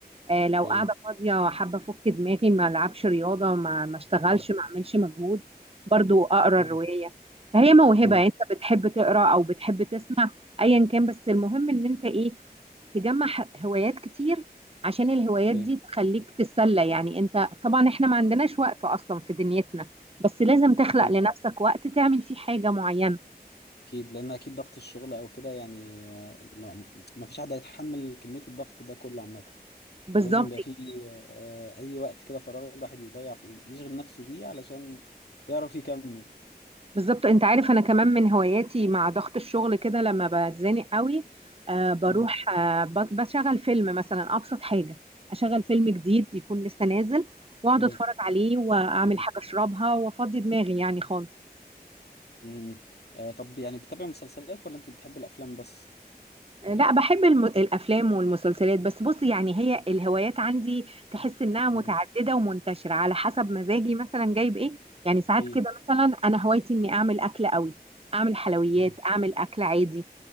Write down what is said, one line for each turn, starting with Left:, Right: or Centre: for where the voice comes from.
Right: آه، لو
Left: اوكي
Right: قاعدة فاضية حابة أفك دماغي ما ألعبش رياضة ما ما أشتغلش
Left: تمام
Right: ما أعملش مجهود برضو أقرأ
Left: مم.
Right: الرواية فهي موهبة
Left: مم.
Right: يعني، أنت بتحب تقرأ أو بتحب تسمع أيا كان بس المهم إن أنت إيه تجمع ح- هوايات كتير عشان الهوايات
Left: اوكي
Right: دي تخليك تتسلى يعني انت طبعا احنا ما عندناش وقت اصلا في دنيتنا بس لازم تخلق
Left: اكيد
Right: لنفسك وقت تعمل فيه حاجة معينة
Left: اكيد لان اكيد ضغط الشغل او كده يعني آه، ما ما- ما فيش حد هيتحمل كميه الضغط ده كله عامه
Right: بالظبط
Left: لازم يبقى فيه آه، أي وقت كده فراغ الواحد يضيع فيه يشغل نفسه بيه علشان يعرف يكمل
Right: بالظبط انت عارف انا كمان من هواياتي مع ضغط الشغل كده لما بتزنق قوي آه بروح
Left: مم.
Right: آه ب- بشغل فيلم مثلا ابسط حاجة اشغل فيلم جديد يكون لسه نازل واقعد
Left: جميل
Right: اتفرج عليه واعمل
Left: جميل
Right: حاجة اشربها وافضي دماغي يعني خالص
Left: مم. آه طب يعني بتتابع مسلسلات ولا أنت بتحب الأفلام بس؟
Right: لا بحب الم... الافلام والمسلسلات بس بص يعني هي الهوايات عندي تحس انها متعدده
Left: مم.
Right: ومنتشره على حسب مزاجي مثلا جايب ايه يعني ساعات
Left: أكيد
Right: كده مثلا انا هوايتي اني اعمل اكل قوي اعمل حلويات
Left: مم.
Right: اعمل اكل عادي